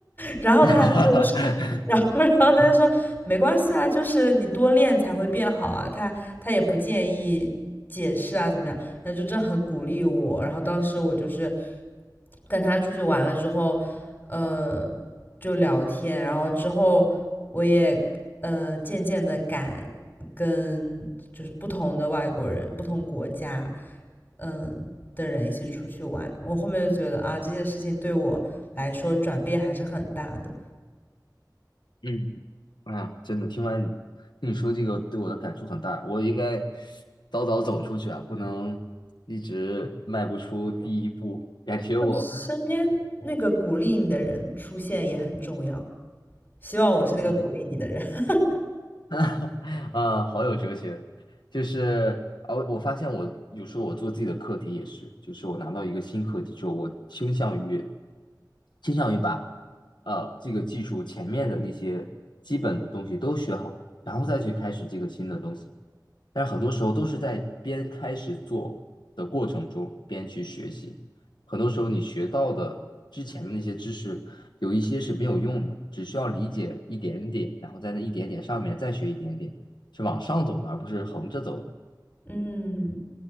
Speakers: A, on the left (about 25°); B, on the left (about 80°).
A: 然后他就是
B: <laughs>
A: <laughs> 然后然后他就说没关系啊，就是你多练才会变好啊。他他也不建议解释啊，怎么样？然后就正很鼓励我。然后当时我就是跟他出去玩了之后，呃，就聊天。然后之后我也呃渐渐的敢跟就是不同的外国人、不同国家。嗯的人一起出去玩。我后面就觉得啊，这件事情对我来说转变还是很大的。
B: 嗯，哎呀，真的，听完你说这个，对我的感触很大。我应该早早走出去啊，不能一直迈不出第一步。感觉我，
A: 就身边那个鼓励你的人出现也很重要。希望我是那个鼓励你的人。
B: 嗯，
A: <laughs>
B: <laughs> 啊，好有哲学。就是啊，我我发现我有时候我做自己的课题也是，就是我拿到一个新课题之后，我倾向于倾向于把呃这个技术前面的那些基本的东西都学好，然后再去开始这个新的东西。但是很多时候都是在边开始做的过程中边去学习，很多时候你学到的之前的那些知识，有一些是没有用的，只需要理解一点点，然后在那一点点上面再学一点点，是往上走的，而不是横着走的。
A: 嗯，